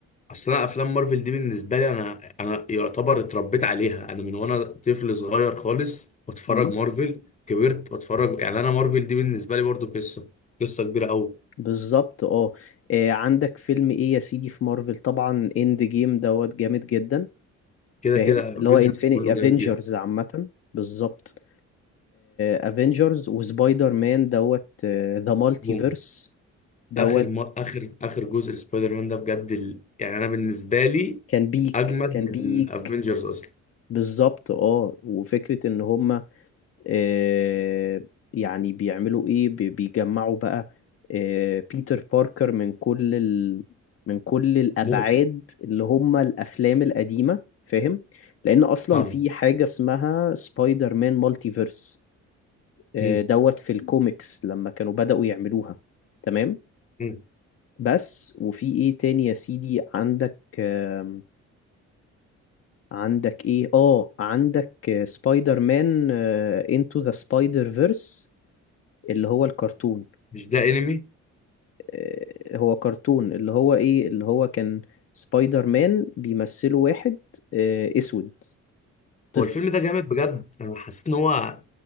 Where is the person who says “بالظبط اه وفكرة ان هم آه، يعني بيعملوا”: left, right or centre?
Left